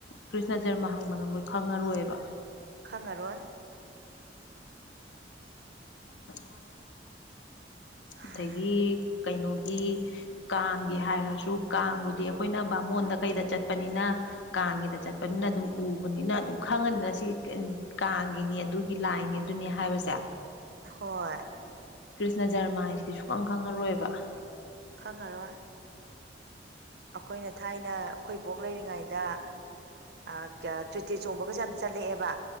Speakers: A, on the left; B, on the right.
A: ꯀ꯭ꯔꯤꯁꯅ ꯖꯔꯃ ꯍꯪꯕ ꯅ ꯃꯣꯏ ꯈꯪꯉꯔꯣꯏꯕ
B: ꯈꯪꯉꯔꯣꯏ
A: <unintelligible>
B: ꯎꯝ
A: ꯑꯗꯒꯤ ꯀꯩꯅꯣ ꯒꯤ ꯀꯥꯡꯒꯤ ꯍꯥꯏꯔꯁꯨ ꯀꯥꯡꯕꯨꯗꯤ ꯑꯩꯈꯣꯏꯅ ꯕꯥꯃꯣꯟꯗ ꯀꯩꯗ ꯆꯠꯄꯅꯤꯅ ꯀꯥꯡ ꯀꯥꯡꯒꯦꯗ ꯆꯠꯄꯅꯤꯅ ꯑꯗꯨꯝ ꯎꯕꯅꯤꯅ ꯑꯗꯨꯝ ꯈꯪꯉꯅꯤꯅ ꯁꯤ ꯀꯥꯡꯒꯤꯅꯤ ꯑꯗꯨꯒꯤ ꯂꯥꯏꯅꯤ ꯑꯗꯨꯅꯤ ꯃꯤꯅꯤ ꯍꯥꯏꯥꯏꯕꯖꯥ
B: ꯍꯣꯏ
A: ꯀ꯭ꯔꯤꯁꯅ ꯖꯔꯃꯥ ꯍꯥꯏꯁꯤꯗꯤ ꯁꯨꯈꯪ ꯈꯪꯉꯔꯣꯏꯕ
B: ꯉꯔ ꯑꯩꯈꯣꯏꯅ ꯊꯥꯏꯅ ꯈꯣꯏꯕꯣꯛ ꯂꯩꯔꯤꯉꯩꯗ ꯑ ꯀ꯭ꯌꯥ ꯆꯣꯏꯇꯦ ꯆꯣꯡꯕꯒꯖꯦ ꯌꯥꯝ ꯆꯠꯂꯛꯑꯦꯕ꯫